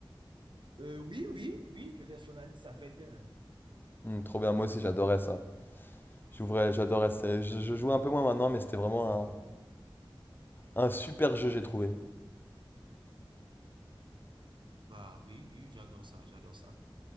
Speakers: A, on the right; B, on the left.
A: Euh, oui, oui, oui, je personnalise ça très bien.
B: Hmm, Trop bien, moi aussi, j'adorais ça. J'ouvrais, j'adorais ça. Je, je jouais un peu moins maintenant, mais c'était vraiment un, un super jeu, j'ai trouvé.
A: Bah oui, oui, j'adore ça, j'adore ça.